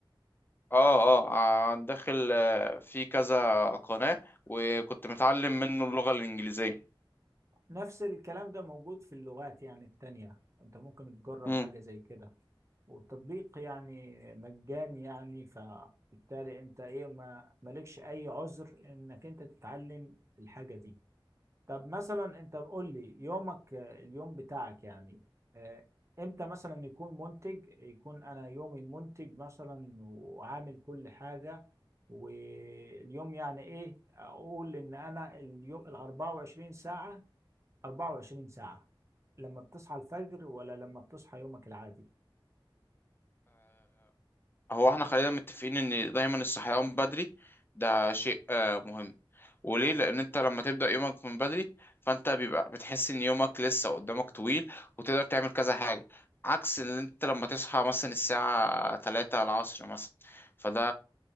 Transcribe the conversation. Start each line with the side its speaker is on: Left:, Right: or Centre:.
Left: اه اه آه، داخل آه، في كذا قناة وكنت متعلم منه اللغة الإنجليزية
Right: نفس الكلام ده موجود في اللغات يعني التانية انت ممكن تجرب
Left: مم.
Right: حاجه زي كده والتطبيق يعني مجاني يعني فبالتالي انت ايه ما مالكش اي عذر انك انت تتعلم الحاجة دي طب مثلا انت قول لي يومك آه، اليوم بتاعك يعني آه، امتى مثلا يكون منتج يكون انا يومي منتج مثلا وعامل كل حاجة واليوم يعني ايه اقول ان انا اليوم ال 24 ساعة 24 ساعة لما بتصحى الفجر ولا لما بتصحى يومك العادي
Left: هو احنا خلينا متفقين ان دايما الصحيان بدري ده شيء آه، مهم وليه لان انت لما تبدا يومك من بدري فانت بيبقى بتحس ان يومك لسه قدامك طويل وتقدر تعمل كذا حاجه عكس ان انت لما تصحى مثلا الساعه 3 العصر مثلا فده